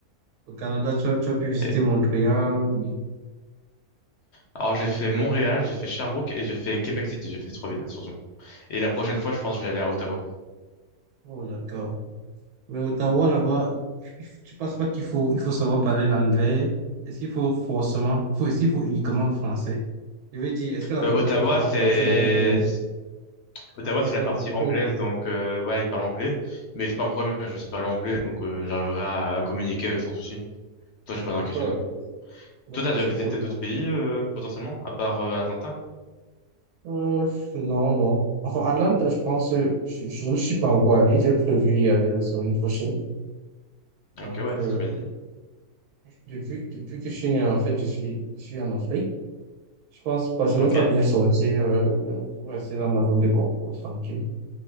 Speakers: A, on the right; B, on the left.
A: Au Canada, tu as, tu as pu visiter
B: Et-
A: Montréal. oui.
B: Alors j'ai fait Montréal, j'ai fait Sherbrooke et j'ai fait Québec City. J'ai fait ces trois villes, hein, surtout. Et la prochaine fois, je pense que je vais aller à Ottawa.
A: Oh, d'accord. Mais Ottawa, là-bas, il tu penses pas qu'il faut, il faut savoir parler l'anglais? Est-ce qu'il faut forcément, faut, est-ce qu'il faut uniquement le français? Je veux dire, est-ce que la
B: Euh,
A: communication
B: Ottawa,
A: sera
B: c'est...
A: facile avec les,
B: Ottawa,
A: dans la
B: c'est
A: zone
B: la partie
A: anglophone?
B: anglaise, donc euh, ouais, ils parlent anglais, mais c'est pas un problème, je sais parler anglais, donc euh, j'arriverai à, à communiquer euh, sans souci. Toi, j'ai pas
A: D'accord,
B: d'inquiétude.
A: d'accord,
B: Toi, t'as déjà
A: c'est
B: visité
A: cool.
B: d'autres pays, euh, potentiellement, à part euh, Atlanta?
A: Euh, non, non. Enfin, à Atlanta, je pense, euh, je, je ne suis pas encore allé. J'ai prévu y aller la semaine prochaine. Donc,
B: Ok, ouais,
A: euh,
B: c'est ce que je me dis.
A: depuis, depuis que je suis né, en fait, je suis, je suis en Afrique. Je pense pas, je
B: Ok.
A: n'aime pas bien sortir, euh, rester dans ma zone de confort, tranquille.